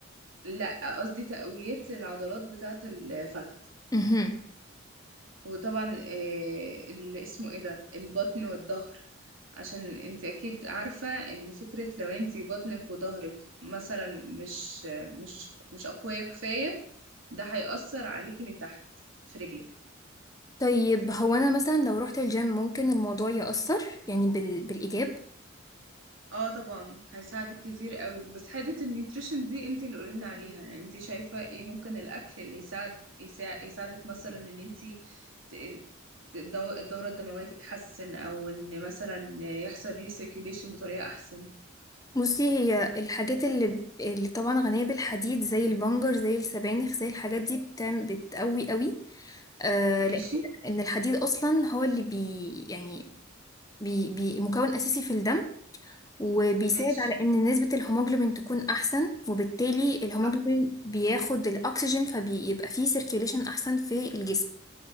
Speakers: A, on the right; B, on the left.
A: لا قصدي تقويات للعضلات بتاعة الفخذ
B: مهم.
A: وطبعا آه، اللي اسمه ايه ده البطن والظهر عشان انت اكيد عارفة ان فكرة لو انت بطنك وظهرك مثلا مش مش مش اقوية كفاية ده هيأثر عليكي من تحت في رجلك
B: طيب هو انا مثلا لو رحت الجيم ممكن الموضوع يأثر يعني بال... بالايجاب
A: اه طبعا هيساعدك كتير قوي بس حته النيوتريشن دي انت اللي قولنا عليها يعني انت شايفه ايه ممكن الاكل اللي يساعد يساع- يساعدك مثلا ان انت ت- ت- الدو- الدوره الدمويه تتحسن او ان مثلا يحصل ريسيركيوليشن بطريقه احسن
B: بصي هي الحاجات اللي, ب- اللي طبعا غنية بالحديد زي البنجر زي السبانخ زي الحاجات دي بتعمل بتقوي قوي آه
A: ماشي
B: لان إن الحديد اصلا هو اللي بي يعني بي... بي مكون اساسي في الدم وبيساعد
A: ماشي
B: على ان نسبة الهيموجلوبين تكون احسن وبالتالي الهيموجلوبين
A: صح
B: بياخد الاكسجين فبيبقى فيه سيركيوليشن احسن في الجسم